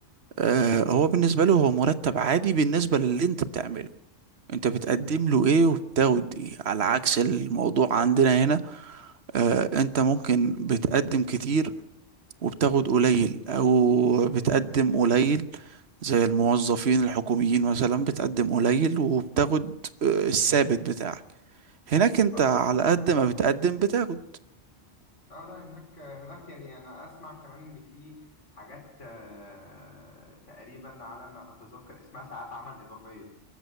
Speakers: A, on the right; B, on the left.
A: آه هو بالنسبة له هو مرتب عادي بالنسبة للي انت بتعمله انت بتقدم له ايه وبتاخد ايه على عكس الموضوع عندنا هنا آه انت ممكن بتقدم كتير وبتاخد قليل او بتقدم قليل زي الموظفين الحكوميين مثلا بتقدم قليل وبتاخد آه الثابت بتاعك هناك انت
B: أصلا
A: على قد
B: اه
A: ما بتقدم بتاخد
B: آه، لا هناك هناك يعني أنا أسمع كمان إن في حاجات آه، تقريبا على ما أتذكر اسمها ساعات عمل إضافية